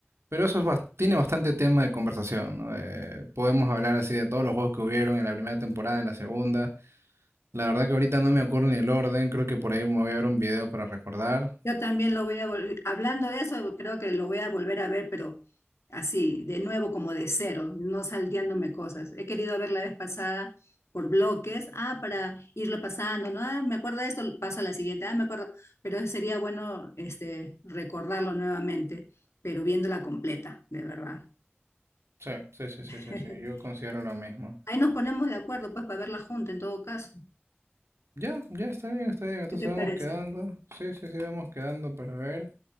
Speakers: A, on the right (about 80°); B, on the left (about 85°).
A: Pero eso es bas- tiene bastante tema de conversación, ¿no? De- podemos hablar así de todos los juegos que hubieron en la primera temporada, en la segunda. La verdad que ahorita no me acuerdo ni el orden, creo que por ahí me voy a ver un video para recordar.
B: Yo también lo voy a volver, hablando de eso, creo que lo voy a volver a ver, pero así, de nuevo, como de cero, no salteándome cosas. He querido ver la vez pasada por bloques, ah, para irlo pasando, ¿no? Ah, me acuerdo de esto, paso a la siguiente, ah, me acuerdo, pero sería bueno este, recordarlo nuevamente, pero viéndola completa, de verdad.
A: Sí, sí, sí,
B: <laughs>
A: sí, sí, sí, yo considero lo mismo.
B: Ahí nos ponemos de acuerdo, pues, para verla junta en todo caso.
A: Ya, ya, está bien, está bien, entonces
B: ¿Qué te parece?
A: vamos quedando. Sí, sí, sí, vamos quedando para ver.